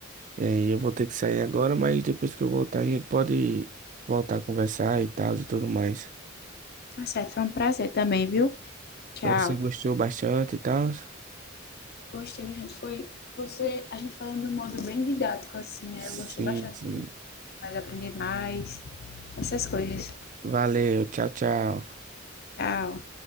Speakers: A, on the right; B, on the left.
A: É, e eu vou ter que sair agora, mas depois que eu voltar, a gente pode voltar a conversar e tal e tudo mais.
B: Tá certo, foi um prazer também, viu? Tchau.
A: Você gostou bastante e tal?
B: Gostei a gente Foi você, a gente falando de um modo bem didático, assim,
A: Sim,
B: eu gostei bastante.
A: sim.
B: Mas aprender mais, essas coisas.
A: Valeu, tchau, tchau.
B: Tchau.